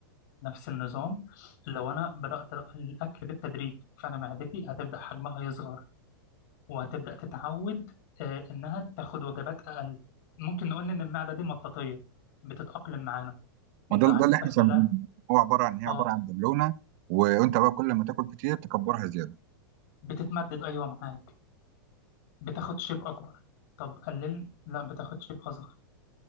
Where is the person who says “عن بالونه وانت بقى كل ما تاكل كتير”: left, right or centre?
Right